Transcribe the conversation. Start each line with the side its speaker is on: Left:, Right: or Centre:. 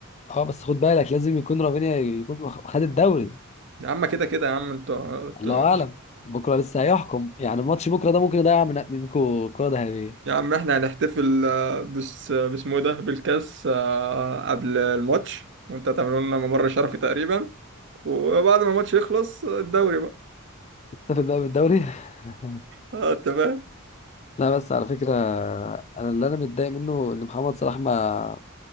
Left: اه بس خد بالك لازم يكون رافينيا يكون واخ- خد الدوري
Right: يا عم كده كده يا عم انتوا انتوا-
Left: الله اعلم بكره لسه هيحكم يعني ماتش بكره ده ممكن يضيع من منكم الكرة الذهبية
Right: يا عم احنا هنحتفل آه، بس آه، باسمه ده بالكاس آه، قبل الماتش وانت هتعملوا لنا ممر شرفي تقريبا وبعد ما الماتش يخلص آه، الدوري بقى
Left: نتفق بقى بالدوري <laughs>
Right: اه تمام
Left: لا بس على فكرة أنا اللي أنا متضايق منه إن محمد صلاح ما